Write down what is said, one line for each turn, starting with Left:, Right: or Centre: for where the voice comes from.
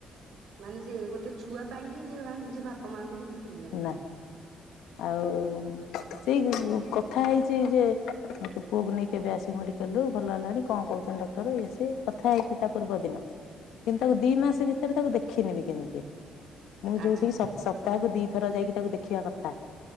Right: ମାନେ ସେ ଗୋଟେ ଛୁଆ ପାଇଁ କି ଯେ ନିଜ ବାପା ମାଆଙ୍କୁ ବି ଦେଖି ହେଲାନି।
Left: ନା ଆଉ <unintelligible> ଉଁ କଥା ହେଇଚି ଯେ ତୁ ପୁଅକୁ ନେଇ କେବେ ଆସିବୁ ମେଡିକାଲରୁୁ ଭଲ ହେଲାଣି କଁ କହୁଛନ୍ତି ଡକ୍ଟର ଇଏ ସିଏ। କଥା ହେଇଚି ତା ପୂର୍ବ ଦିନ କିନ୍ତୁ ତାକୁ ଦି ମାସ୍ ଭିତରେ ତାକୁ ଦେଖିନିବି କେମିତିଆ। ମୁଁ
Right: ଆଚ୍ଛା
Left: ଯୋଉଟି ସପ୍ ସପ୍ତାହକୁ ଦିଥର ଯାଇକି ତାକୁ ଦେଖିବା କଥା।